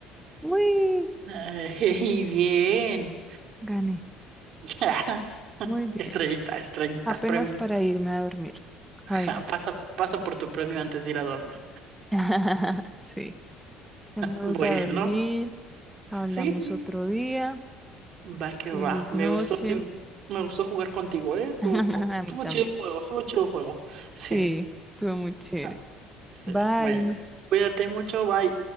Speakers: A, in the centre; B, on the right.
A: Uy,
B: Ay, <laughs> bien.
A: gané.
B: <laughs>
A: Muy bien.
B: Estrellita, estrellita,
A: Apenas
B: premio.
A: para irme a dormir, Jaime.
B: Ja, Pasa, pasa por tu premio antes de ir a dormir.
A: <laughs> Sí, ya me voy
B: Bueno,
A: a dormir. Hablamos
B: sí, sí.
A: otro día.
B: Va que
A: Feliz
B: va. Me
A: noche.
B: gustó, sí, me gustó jugar contigo, ¿eh? Estuvo,
A: <laughs> A
B: estuvo
A: mí también.
B: chido el juego, estuvo chido el juego. Sí.
A: Sí, estuvo muy chévere.
B: Ah, sí.
A: Bye.
B: Bueno, cuídate mucho, bye.